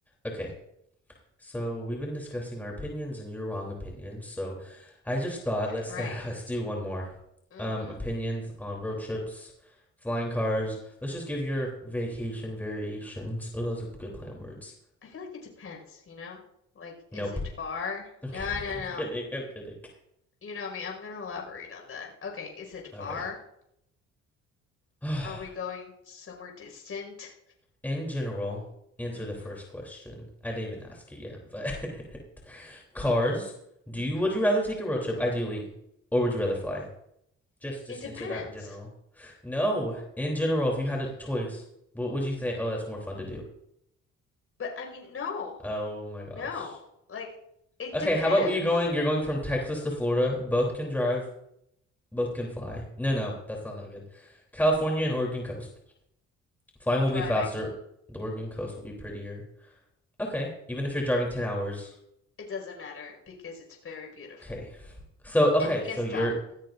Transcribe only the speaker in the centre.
Okay, so we've been discussing our opinions and your wrong opinions. So I just thought let's
<laughs> let's do one more.
Um, opinions on road trips, flying cars. Let's just give your vacation variations. Oh, those are good plan words.
Nope.
<laughs> I'm
kidding.
I'm
kidding. I'm kidding.
All right. <sighs>
In general, answer
the first question. I didn't even ask it yet, but <laughs> cars. Do
you would you rather take a road trip, ideally, or would you rather fly? Just just
answer that in general. No, in general, if you had a choice, what would you say? Oh, that's more fun to do.
Oh my gosh.
Okay,
how about you going? You're going from Texas to Florida. Both can drive. Both can fly. No, no, that's not that good. California and Oregon coast. Flying will
be faster. The Oregon coast will be prettier. Okay, even if you're driving ten hours.
Okay. So okay,
so
you're